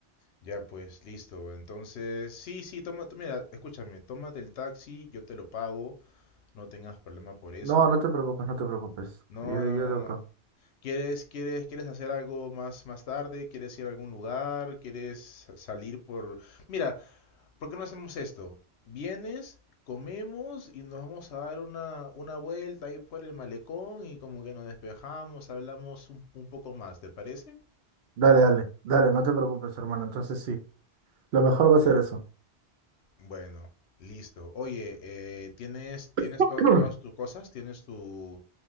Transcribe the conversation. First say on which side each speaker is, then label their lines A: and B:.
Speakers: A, on the left (about 85°); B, on the right (about 70°).
A: Ya pues, listo. Entonces, sí, sí, toma, tú- mira, escúchame, tómate el taxi, yo te lo pago, no tengas problema por eso.
B: No, no te preocupes, no te preocupes.
A: No,
B: Yo, yo
A: no, no,
B: lo
A: no.
B: pago.
A: ¿Quieres, quieres, quieres hacer algo más, más tarde? ¿Quieres ir a algún lugar? ¿Quieres sa- salir por... Mira, ¿por qué no hacemos esto? Vienes, comemos y nos vamos a dar una, una vuelta ahí por el malecón y como que nos despejamos, hablamos un, un poco más, ¿te parece?
B: Dale, dale, dale, no te preocupes, hermano. Entonces sí, lo mejor va a ser eso.
A: Bueno, listo. Oye, eh, ¿tienes, tienes
B: <clears throat>
A: to- todas tus cosas? ¿Tienes tu,